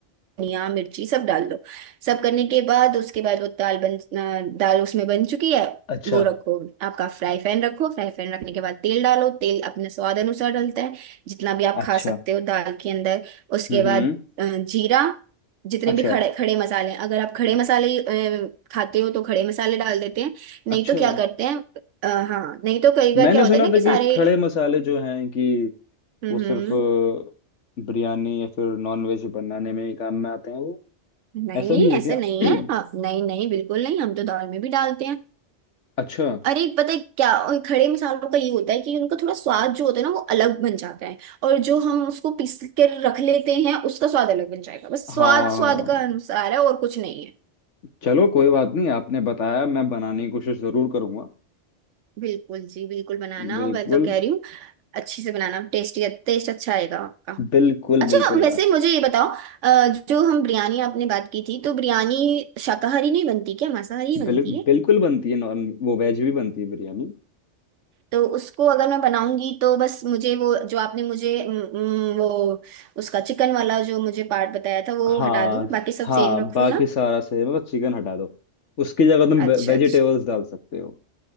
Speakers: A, on the right (about 90°); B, on the left (about 80°).
A: धनिया मिर्ची सब डाल दो सब करने के बाद उसके बाद वो दाल बन अ, दाल उसमें बन चुकी है
B: अच्छा
A: वो रखो आपका फ्राई पैन रखो फ्राई पैन रखने के बाद तेल डालो तेल अपने स्वाद अनुसार डलता है जितना भी आप
B: अच्छा
A: खा सकते हो दाल के अंदर उसके
B: हम्म
A: बाद
B: हम्म,
A: अ, जीरा जितने
B: अच्छा
A: भी खड़े खड़े मसाले हैं अगर आप खड़े मसाले अ, खाते हो तो खड़े मसाले डाल देते हैं नहीं
B: अच्छा
A: तो क्या करते हैं अ, हाँ नहीं तो कई
B: मैंने
A: बार क्या होता
B: सुना
A: है ना
B: था
A: कि सारे
B: कि खड़े मसाले जो हैं कि
A: हम्म
B: वो सिर्फ
A: हम्म,
B: अ, बिरयानी या फिर नॉनवेज बनाने में ही काम में आते हैं वो
A: नहीं
B: ऐसा भी है
A: ऐसे
B: क्या
A: नहीं
B: <coughs>
A: है हाँ नहीं नहीं बिल्कुल नहीं हम तो दाल में भी डालते हैं
B: अच्छा
A: अरे पता है क्या उन खड़े मसालों का ये होता है कि उनका थोड़ा स्वाद जो होता है ना वो अलग बन जाता है और जो हम उसको पीस कर रख लेते हैं उसका स्वाद अलग बन जाएगा बस स्वाद
B: हाँ
A: स्वाद का अनुसार है और कुछ नहीं है
B: चलो कोई बात नहीं आपने बताया मैं बनाने की कोशिश जरूर करूंगा
A: बिल्कुल जी बिल्कुल बनाना
B: बिल्कुल
A: मैं तो कह रही हूँ अच्छे से बनाना टेस्टी टेस्ट अच्छा आएगा आपका
B: बिल्कुल
A: अच्छा
B: बिल्कुल
A: वैसे
B: आ-
A: मुझे ये बताओ अ, जो हम बिरयानी आपने बात की थी तो बिरयानी शाकाहारी नहीं बनती क्या मांसाहारी ही बनती
B: बिल,
A: है
B: बिल्कुल बनती है नॉन वो वेज भी बनती है बिरयानी
A: तो उसको अगर मैं बनाऊंगी तो बस मुझे वो जो आपने मुझे उम, उम, वो उसका चिकन वाला जो मुझे पार्ट बताया था वो
B: हाँ
A: हटा दूं बाकी सब
B: हाँ
A: सेम रखूं
B: बाकी
A: ना
B: सारा सही है, मतलब चिकन हटा दो उसकी जगह तुम
A: अच्छा
B: वेजिटेबल्स
A: अच्छा
B: डाल सकते हो